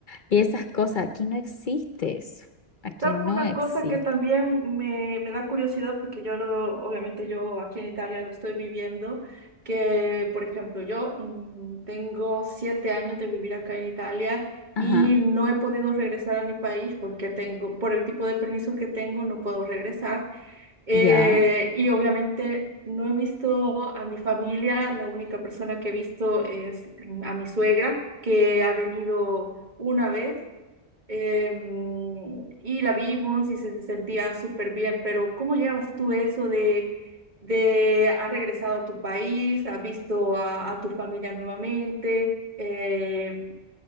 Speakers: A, on the left; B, on the right.
A: y esas cosas. Aquí no existe eso. Aquí
B: ¿Sabes
A: no
B: una
A: existe.
B: cosa que también me, me da curiosidad? Porque yo lo, obviamente yo aquí en Italia lo estoy viviendo, que por ejemplo yo mm, tengo siete años de vivir acá en Italia
A: Ajá,
B: y no he podido regresar a mi país porque tengo, por el tipo de permiso que tengo, no puedo regresar. Eh,
A: ya.
B: y obviamente no he visto a mi familia, la única persona que he visto es mm, a mi suegra, que ha venido una vez em, y la vimos y se sentía súper bien, pero ¿cómo llevas tú eso de, de has regresado a tu país, has visto a, a tu familia nuevamente? Eh,